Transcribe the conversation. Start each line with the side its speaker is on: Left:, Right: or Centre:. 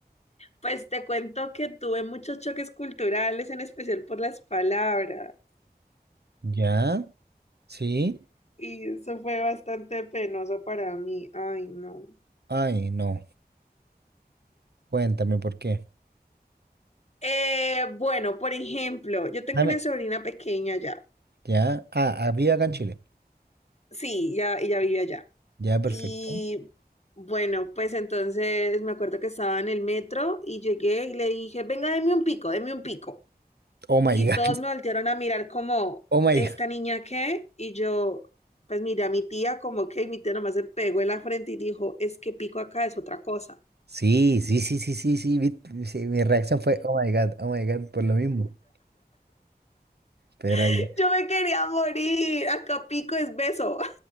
Left: pues te cuento que tuve muchos choques culturales, en especial por las palabras,
Right: ¿Ya? ¿Sí?
Left: y eso fue bastante penoso para mí. Ay, no.
Right: Ay, no. Cuéntame, ¿por qué?
Left: Eh, bueno, por ejemplo, yo tengo
Right: Dame,
Left: una sobrina pequeña ya.
Right: ya. Ah, había acá en Chile.
Left: Sí, ya, ella vive allá.
Right: Ya, perfecto.
Left: Y bueno, pues entonces me acuerdo que estaba en el metro y llegué y le dije, venga, deme un pico, deme un pico.
Right: Oh my
Left: Y
Right: God,
Left: todos me voltearon a mirar como,
Right: <laughs> oh my
Left: ¿esta
Right: God.
Left: niña qué? Y yo, pues miré a mi tía como que y mi tía nomás se pegó en la frente y dijo, es que pico acá es otra cosa.
Right: Sí, sí, sí, sí, sí, sí, vi- sí, mi reacción fue, oh my God, oh my God, por lo mismo. Pero
Left: <laughs>
Right: ya.
Left: Yo me quería morir, acá pico es beso,